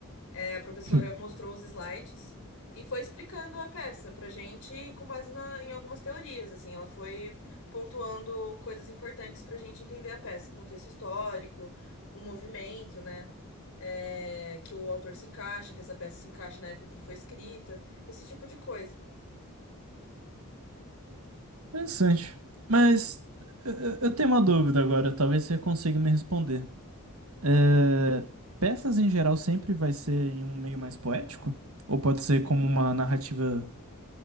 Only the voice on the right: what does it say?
Hum.
Interessante. Mas eu eu- eu tenho uma dúvida agora, talvez você consiga me responder. É, peças em geral sempre vai ser em um meio mais poético? Ou pode ser como uma narrativa